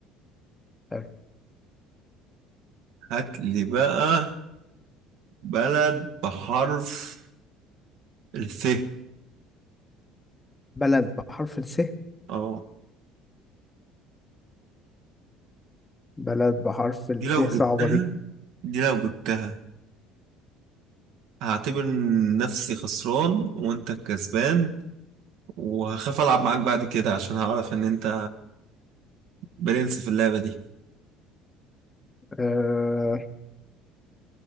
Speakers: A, on the left (about 20°); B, on the right (about 70°).
A: حلو
B: هات لي بقى بلد بحرف الف
A: بلد بحرف الس
B: اه
A: بلد بحرف الس
B: دي لو
A: صعبة
B: جبتها
A: دي
B: دي لو جبتها هعتبر نفسي خسران وانت الكسبان وهخاف العب معاك بعد كده عشان هعرف ان انت برنس في اللعبة دي
A: أه...